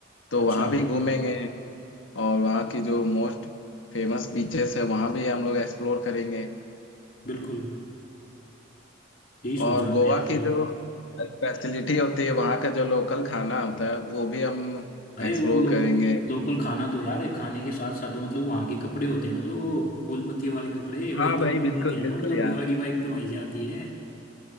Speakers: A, on the left; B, on the left.
A: तो
B: अच्छा
A: वहाँ भी घूमेंगे और वहाँ की जो मोस्ट फेमस बीचेस है वहाँ भी हम लोग एक्सप्लोर करेंगे
B: बिल्कुल यही सोच
A: और
B: रहा
A: गोवा
B: था यार
A: की
B: दो
A: जो स्पेशलिटी होती है वहाँ का जो लोकल खाना होता है वो भी हम
B: अरे
A: एक्सप्लोर
B: वो लोक
A: करेंगे
B: लोकल खाना तो यार है खाने के साथ साथ वो मतलब वहाँ के कपड़े होते हैं ना जो वो फूल पत्ती वाले कपड़े वही
A: हाँ
B: तो
A: भाई
B: देते
A: बिल्कुल
B: हैं
A: बिल्कुल
B: ना मतलब
A: यार
B: गोवा की वाइफ तो वहीं जाती है